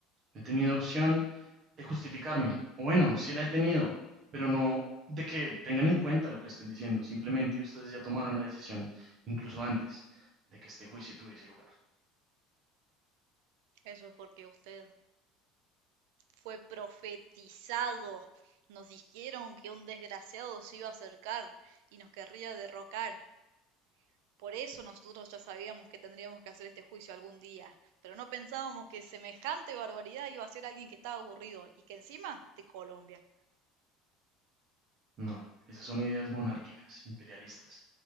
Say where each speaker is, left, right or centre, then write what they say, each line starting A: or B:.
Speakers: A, on the right (about 30°); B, on the right (about 75°).
A: No he tenido opción de justificarme. O bueno, sí la he tenido, pero no de que tengan en cuenta lo que estoy diciendo. Simplemente ustedes ya tomaron la decisión, incluso antes de que este juicio tuviese lugar.
B: Eso es porque usted fue profetizado. Nos dijeron que un desgraciado se iba a acercar y nos querría derrocar. Por eso nosotros ya sabíamos que tendríamos que hacer este juicio algún día, pero no pensábamos que semejante barbaridad iba a ser alguien que estaba aburrido y que encima de Colombia.
A: No, esas son ideas monárquicas, imperialistas.